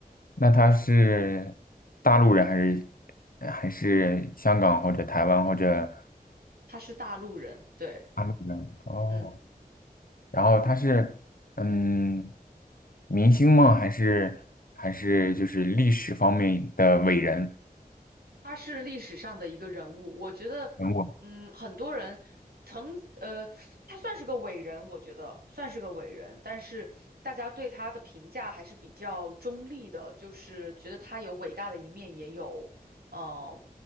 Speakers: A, on the left; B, on the right.
A: 那他是大陆人还是还是香港或者台湾或者
B: 他是大陆人，对，
A: 大陆人？哦，
B: 嗯。
A: 然后他是嗯，明星吗？还是还是就是历史方面的伟人
B: 他是历史上的一个人物，我觉得，
A: 人物？
B: 嗯，很多人曾，呃，他算是个伟人，我觉得算是个伟人，但是大家对他的评价还是比较中立的，就是觉得他有伟大的一面，也有，呃，